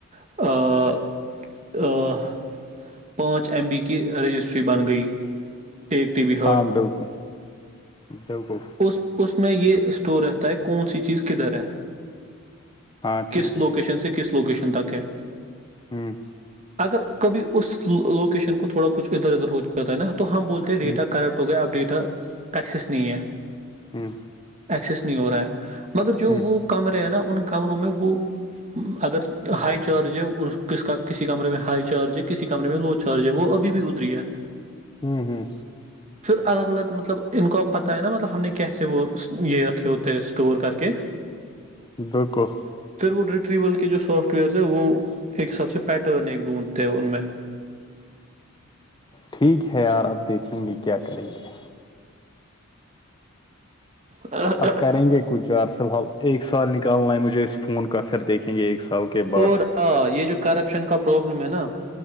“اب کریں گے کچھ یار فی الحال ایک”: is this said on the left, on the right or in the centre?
Left